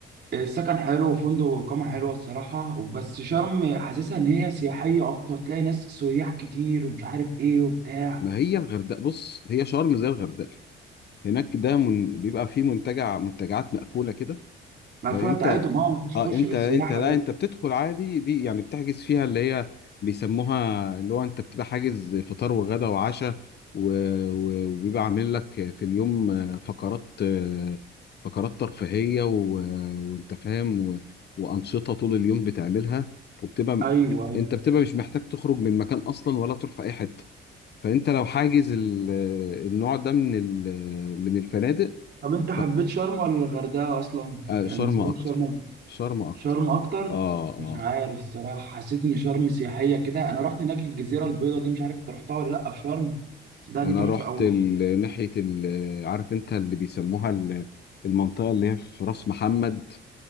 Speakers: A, on the right; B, on the left.
A: السكن حلو وفندق وإقامة حلوة الصراحة بس شرم حاسسها إن هي سياحية أكتر تلاقي ناس سياح كتير ومش عارف إيه وبتاع
B: ما هي الغردقه بص هي شرم زي الغردقه هناك ده من بيبقى فيه منتجع منتجعات مقفوله كده
A: مقفولة
B: فانت
A: بتاعتهم أه مش
B: اه
A: يخش
B: انت
A: غير
B: انت
A: سياحة
B: لا
A: بس
B: انت بتدخل عادي دي يعني بتحجز فيها اللي هي بيسموها اللي هو انت بتبقى حاجز فطار وغدا وعشاء و- و- وبيبقى عامل لك في اليوم آه، فقرات آه، فقرات ترفيهيه و- وانت فاهم و- وانشطه طول اليوم بتعملها وبتبقى
A: أيوه أيوه
B: انت بتبقى مش محتاج تخرج من مكان اصلا ولا تروح في اي حته فانت لو حاجز ال- النوع ده من ال- من الفنادق
A: طب أنت حبيت
B: ف-
A: شرم ولا الغردقة أصلا؟
B: آه،
A: يعني
B: شرم
A: بالنسبة
B: اكتر
A: لك شرم
B: شرم اكتر
A: شرم اكتر
B: اه
A: مش
B: اه
A: عارف الصراحه حسيت ان شرم سياحيه كده انا رحت هناك الجزيره البيضاء دي مش عارف انت رحتها ولا لا في شرم بس ده
B: انا
A: دي تحفه
B: رحت
A: قوي
B: ال- ناحيه ال- عارف انت اللي بيسموها ال- المنطقه اللي هي في راس محمد